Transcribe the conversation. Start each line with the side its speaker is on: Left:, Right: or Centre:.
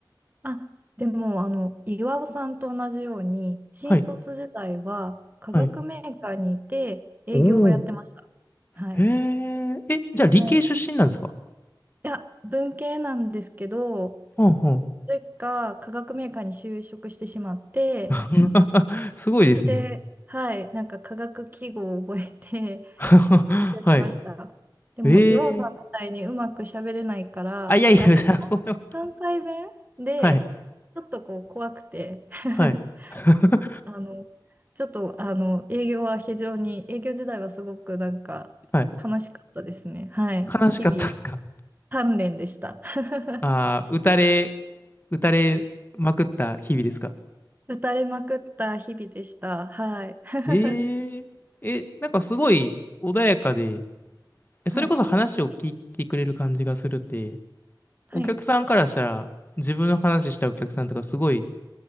Right: あ、でも、あの、岩尾さんと同じように、新卒時代は化学メーカーにいて営業をやってました。
Left: はい、はい。おお。
Right: はい。
Left: へえ、え、じゃあ理系出身なんですか
Right: もう、いや、文系なんですけど、
Left: ほうほう。
Right: なぜか化学メーカーに就職してしまって、
Left: <laughs> すごいですね。
Right: 必死で、はい、なんか化学記号を覚えて
Left: <laughs> はい。
Right: 勉強しました。でも、
Left: ええ
Right: 岩尾さんみたいにうまく喋れないから、
Left: あ、いやいや、
Right: で、あと、
Left: じゃあ、
Right: 関関西弁で、
Left: そんな、はい、
Right: ちょっとこう、怖くて、<laughs>
Left: はい、<laughs>
Right: あの、ちょっと、あの、営業は非常に、営業時代はすごくなんか、
Left: はい。
Right: 悲しかったですね。はい。
Left: 悲しかったですか
Right: 日々、鍛錬でした。<laughs>
Left: ああー、打たれ、打たれまくった日々ですか
Right: 打たれまくった日々でした。はい。<laughs>
Left: えええ、なんかすごい穏やかで、えそれこそ話を聞いてくれる感じがするって、
Right: はい。はい。
Left: お客さんからしたら、自分の話したお客さんとかすごい、